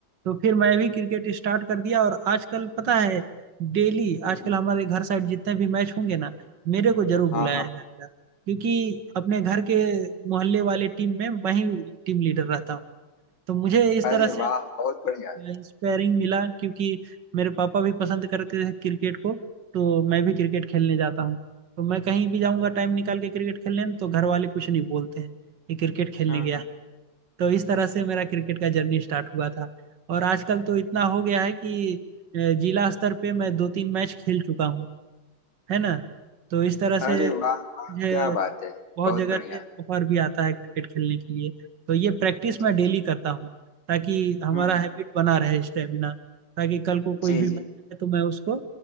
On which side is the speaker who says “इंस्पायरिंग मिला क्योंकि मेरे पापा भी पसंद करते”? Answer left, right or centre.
Right